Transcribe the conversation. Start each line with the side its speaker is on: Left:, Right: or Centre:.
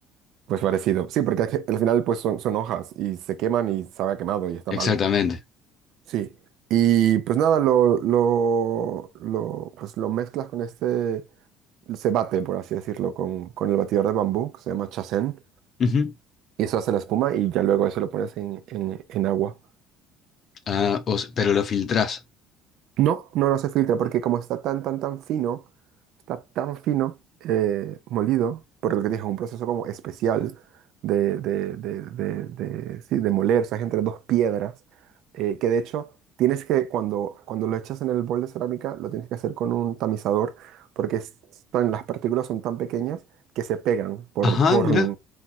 Right: Pues parecido. Sí, porque al final, pues son, son hojas y se queman y sabe a quemado y está
Left: exactamente.
Right: malo. Sí, y pues nada, lo, lo, lo, pues lo mezclas con este, se bate, por así decirlo, con, con el batidor de bambú, que se llama chacén,
Left: Ujú.
Right: y eso hace la espuma y ya luego eso lo pones en, en, en agua.
Left: Ah, o s- pero lo filtrás.
Right: No, no, no se filtra porque como está tan, tan, tan fino, está tan fino, eh, molido, por lo que te dije es un proceso como especial de, de, de, de, de- sí, de moler, o sea, es entre dos piedras, eh, que de hecho tienes que, cuando, cuando lo echas en el bol de cerámica, lo tienes que hacer con un tamizador, porque es tan- las partículas son tan pequeñas que se pegan por,
Left: Ajá,
Right: por,
Left: mirá,